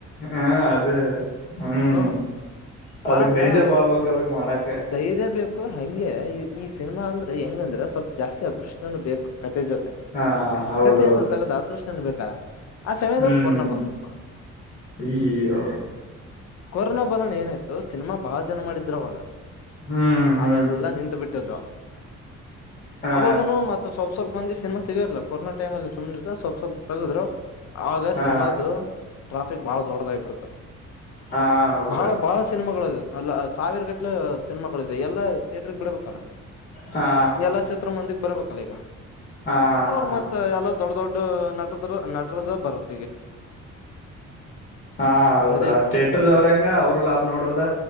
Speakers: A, on the left; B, on the left.
A: ಹಾ ಅದೇ ಹ್ಮ್
B: ಹ್ಮ
A: ಅದಕ್
B: ಮಾಡ್ದ
A: ಧೈರ್ಯ ಬಾಳ್ಬೇಕ ಅದಕ್ ಮಾಡಕ
B: ಧೈರ್ಯ ಬೇಕು ಹಂಗೆ ಈ ಸಿನಿಮಾ ಅಂದ್ರೆ ಹೆಂಗ ಅಂದ್ರೆ ಸ್ವಲ್ಪ ಜಾಸ್ತಿ ಅದೃಷ್ಟನು ಬೇಕು ಕತೆೆ ಜೊತೆ
A: ಹಾ ಹೌದೌದು
B: ಕತೆ ಏನು ತಗದ ಅದೃಷ್ಟ ಏನು ಬೇಕು ತಾ ಆ ಸಮಯದಲ್ಲಿ
A: ಹ್ಮ್
B: ಕೊರೋನಾ ಬಂದ್ಬಿಡ್ತಾವ
A: ಈಯ್ಯೋ
B: ಕೊರೋನಾ ಬಂದೋಣ ಏನತ ಸಿನಿಮಾ ಬಹಳ ಜನ ಮಾಡಿದ್ರು ಅವಾಗ
A: ಹ್ಮ್ ಹ್ಮ್
B: ಅವೆಲ್ಲಾ ನಿಂತ ಬಿಟ್ಟ ಟ್ಟದ
A: ಹಾ
B: ಅವಾಗನು ಮತ್ತ ಸ್ವಲ್ಪ ಸ್ವಲ್ಪ ಮಂದಿ ಸಿನಿಮಾ ತಗಿಯರಲ್ಲ ಕೊರನಾ ಟೈಮ್ ಅ ಸು್ನೆ ಸ್ವಪ ಸ್ವಲ್ ತಗ್ರು ಆವಾಗ
A: ಹಾ
B: ಸಿನಿಮಾದು ಟ್ರಾಪ್ ಇಫಕ್ ಬಾಳ ದೊಡದಾಗ್ಬ ಬಿಡುತ್ತಾ
A: ಹಾ ಹೌದು
B: ಬಹಳ ಬಹಳ ಸಿನಿಮಾಗಳ ಅದ ಅಲ್ಲ ಸಾವಿರ ಗಟ್ಟಲ ಸಿನಿಮಾಗಳ ಇದೆ ಎಲ್ಲಾ ಥಿಯೇಟ್ರಗೆ ಬಿಡ್ಬೇಕಲ್ಲ
A: ಹಾ
B: ಎಲ್ಲಾ ಚಿತ್ರ ಮಂದಿಗ್ ಬರ್ಬೇಕು <unintelligible>
A: ಹಾ
B: ಹ
A: ಹಾ ಹಾ
B: ಮತ್ತ ಎಲ್ಲಾ ದೊಡ್ಡ ದೊಡ್ಡ ನಟ ನಟರದ ಬರುತ್ತೆ
A: ಹಾ ಹೌದ
B: ಸರಿ
A: ಥಿಯೇಟರ್ದವ್ರ ಹೆಂಗ ಅವರು ಲಾಭ ನೋಡೋದ